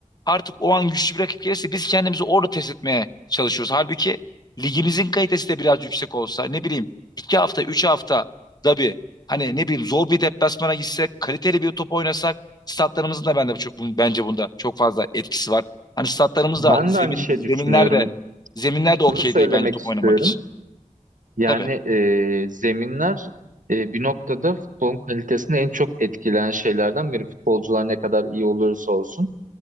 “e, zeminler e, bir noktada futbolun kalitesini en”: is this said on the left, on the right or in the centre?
Right